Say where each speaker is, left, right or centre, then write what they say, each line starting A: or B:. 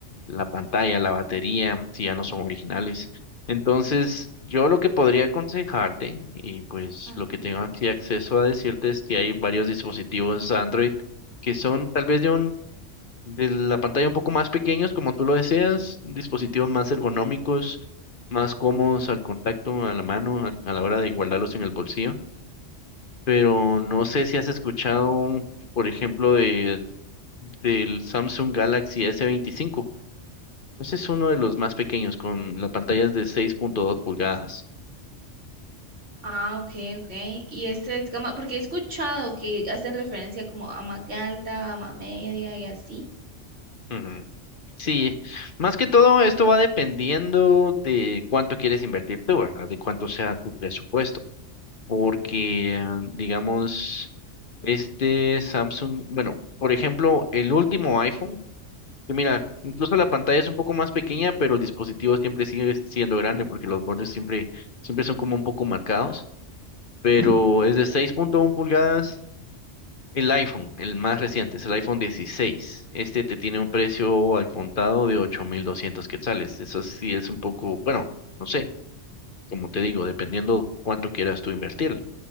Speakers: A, on the left; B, on the right.
A: la pantalla, la batería, si ya no son originales. Entonces, yo lo que podría aconsejarte, y pues
B: Ajá.
A: lo que tengo aquí acceso a decirte es que hay varios dispositivos Android que son tal vez de un de la pantalla un poco más pequeños, como tú lo deseas, dispositivos más ergonómicos, más cómodos al contacto, a la mano, a, a la hora de guardarlos en el bolsillo. Pero no sé si has escuchado, por ejemplo, de, del Samsung Galaxy s veinticinco Ese es uno de los más pequeños, con las pantallas de seis punto dos pulgadas.
B: Ah, ok, ok. Y este es gama, porque he escuchado que hacen referencia como a Magalta, a media y así.
A: Ujú. Sí, más que todo esto va dependiendo de cuánto quieres invertir tú, ¿verdad? De cuánto sea tu presupuesto. porque, eh, digamos, este Samsung, bueno, por ejemplo, el último iPhone, que mira, incluso la pantalla es un poco más pequeña, pero el dispositivo siempre sigue siendo grande porque los bordes siempre, siempre son como un poco marcados, pero
B: Ujú.
A: es de seis punto uno pulgadas. El iPhone, el más reciente, es el iPhone dieciséis Este te tiene un precio al contado de 8.200 quetzales. Eso sí es un poco, bueno, no sé, como te digo, dependiendo cuánto quieras tú invertirle.